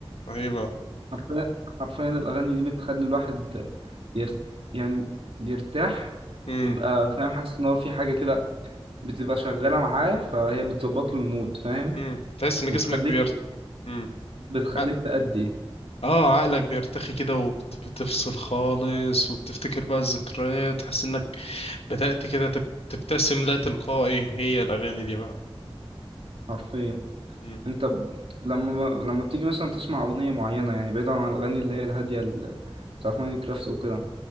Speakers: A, on the left; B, on the right.
A: رهيبه
B: حرفيا حرفيا الأغاني دي بتخلي الواحد يرت... يعني يرتاح
A: امم
B: ويبقى فاهم حاسس إن هو في حاجة كده بتبقى شغالة معاه فهي بتظبط له المود فاهم
A: امم تحس ان
B: وبتخليك
A: جسمك بيرت امم
B: بتخليك
A: ع-
B: تأدي
A: اه عقلك بيرتخي كده وبتفصل خالص وبتفتكر بقى الذكريات وحاسس انك بدأت كده تب- تبتسم لا تلقائي هي الاغاني دي بقى
B: حرفيا
A: مم.
B: انت ب- لما لما بتيجي مثلا تسمع اغنيه معينه يعني بعيدا عن الاغاني اللي هي الهاديه ال- بتاعت ماينكرافت وكده